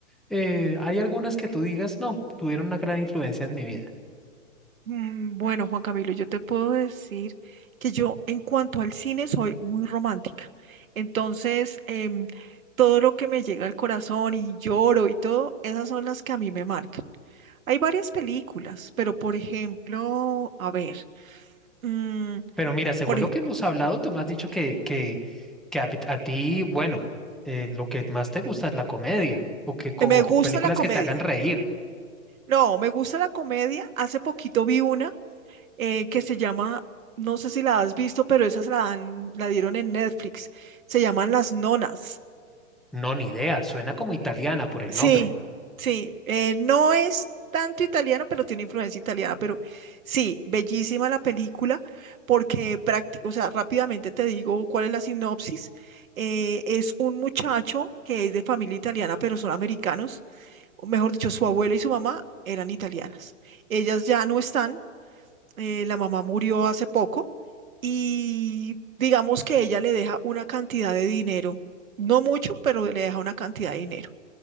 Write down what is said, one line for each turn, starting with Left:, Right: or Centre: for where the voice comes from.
Centre: eh, hay algunas que tú digas, no, tuvieron una gran influencia en mi vida.
Right: Mm, Bueno, Juan Camilo, yo te puedo decir que yo en cuanto al cine soy muy romántica. Entonces, em, todo lo que me llega al corazón y lloro y todo, esas son las que a mí me marcan. Hay varias películas, pero por ejemplo, a ver. Mm,
Centre: Pero mira, según
Right: por ej-
Centre: lo que hemos hablado, tú me has dicho que, que, que a, a ti, bueno, eh, lo que más te gusta es la comedia o que co-
Right: me gusta
Centre: películas
Right: la comedia.
Centre: que te hagan reír.
Right: No, me gusta la comedia. Hace poquito vi una eh, que se llama, no sé si la has visto, pero esas la, dan- la dieron en Netflix. Se llaman Las Nonas.
Centre: No, ni idea, suena como italiana por el
Right: Sí,
Centre: nombre.
Right: sí, eh, no es tanto italiano, pero tiene influencia italiana, pero sí, bellísima la película porque, prácti- o sea, rápidamente te digo cuál es la sinopsis. Eh, es un muchacho que es de familia italiana, pero son americanos, o mejor dicho, su abuela y su mamá eran italianas. Ellas ya no están eh, la mamá murió hace poco y digamos que ella le deja una cantidad de dinero, no mucho, pero le deja una cantidad de dinero.